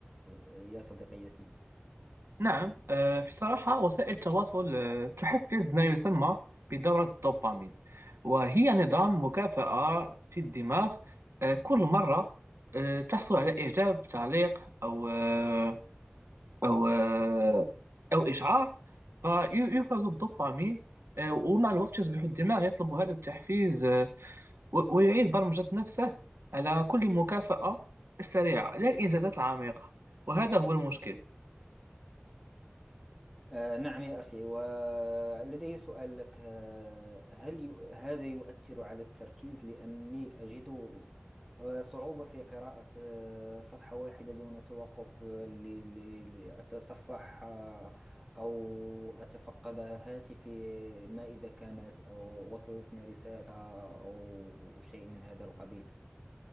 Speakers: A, in the centre; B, on the right (about 85°).
A: يا صديقي ياسين
B: نعم آه، في صراحة وسائل التواصل آه، تحفز ما يسمى بدورة الدوبامين وهي نظام مكافأة في الدماغ آه، كل مرة آه، تحصل على إعجاب تعليق أو آه، او آه، او اشعار فيفرز الدوبامين آه، ومع الوقت يصبح الدماغ يطلب هذا التحفيز آه، و- ويعيد برمجة نفسه على كل مكافأة سريعة لا الإنجازات العميقة وهذا هو المشكل
A: آه، نعم يا أخي ولدي سؤال لك آه، هل يو- هذا يؤثر على التركيز لأني أجد آه، صعوبة في قراءة آه، صفحة واحدة دون توقف آه، ل- ل- لأتصفح آه، أو أتفقد هاتفي ما إذا كانت أو وصلتني رسالة آه، أو شيء من هذا القبيل